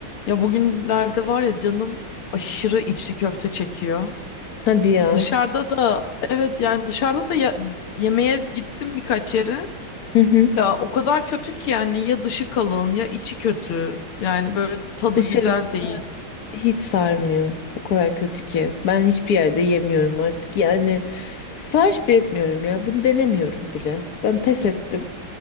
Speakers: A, on the left; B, on the left.
A: Ya bugünlerde var ya canım aşırı içli köfte çekiyor.
B: Hadi ya.
A: Dışarıda da evet yani dışarıda da ya- yemeğe gittim birkaç yere.
B: Hı hı.
A: Ya o kadar kötü ki yani ya dışı kalın ya içi kötü. Yani böyle tadı
B: Dışarısı
A: güzel değil.
B: hiç sarmıyor. O kadar kötü ki. Ben hiçbir yerde yemiyorum artık. Yani sipariş bile etmiyorum ya. Bunu denemiyorum bile. Ben pes ettim.